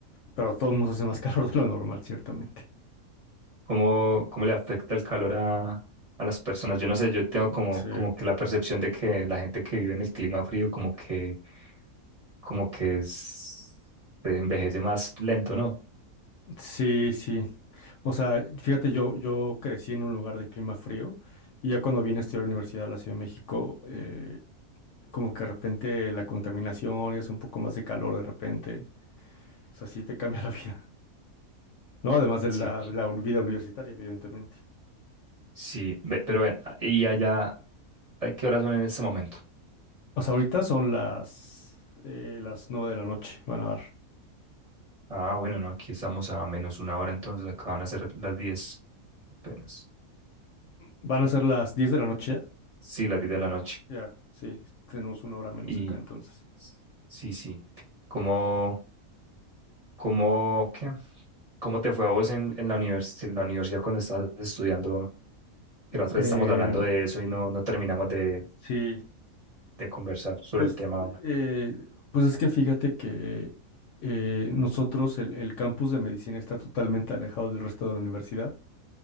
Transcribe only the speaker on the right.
¿Cómo, cómo le afecta el calor a, a las personas? Yo no sé, yo tengo como,
como que la percepción de que la gente que vive en el clima frío como que, como que es, se envejece más lento, ¿no?
Sí,
sí, ve- pero ven, ¿y allá a qué horas son en este momento?
Ah, bueno, no, aquí estamos a menos una hora, entonces acaban a ser las 10, apenas.
Sí, las 10 de la noche.
Y
sí, sí. ¿Cómo, cómo, qué? ¿Cómo te fue a vos en, en la univers- en la universidad cuando estabas estudiando? Que
la otra vez estamos hablando de eso y no, no terminamos de,
de conversar sobre
el tema.